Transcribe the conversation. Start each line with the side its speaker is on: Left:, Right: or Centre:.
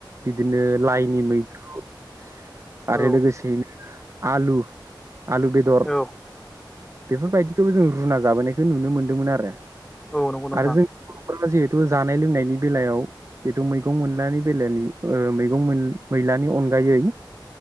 Right: बिदिनो लाइनि मैद्रु आरो
Centre: औ
Right: लोगोसेयैनो आलु आलु बेदर
Centre: औ
Right: बेफोरबायदिखौबो जों रुना जाबोनायखौ नुनो मोन्दोंमोन आरो।
Centre: औ नंगौ नोंथां
Right: आरो जोंनि बर'फोरा जि तु जानाय लोंनायनि बेलायाव जिहेतु मैगं मोनलानि बेलानि ओ मैगं मैलानि अनगायै